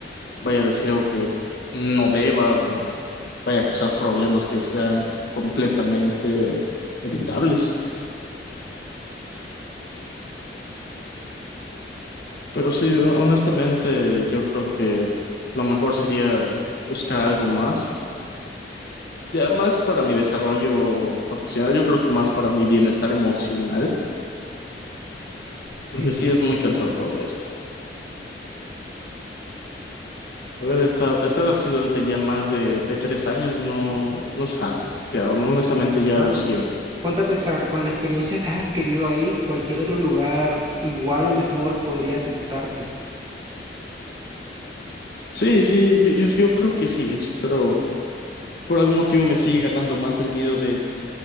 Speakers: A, on the left; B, on the right.
A: vaya a decir algo que no deba o vaya a causar problemas que sean completamente evitables. Pero sí, honestamente, yo creo que lo mejor sería buscar algo más. Ya más para mi desarrollo profesional, yo creo que más para mi bienestar emocional,
B: Sí,
A: porque
B: claro.
A: sí es muy cansado todo esto. Haber estado, estar así durante ya más de, de tres años no, no es sano. Ya, hon- honestamente ya
B: Claro.
A: lo siento.
B: Ponte a pensar, con la experiencia que has adquirido ahí, cualquier otro lugar, igual o mejor, podría aceptarte.
A: Sí, sí, yo, yo, yo creo que sí, es- pero por algún motivo me sigue ganando más el miedo de,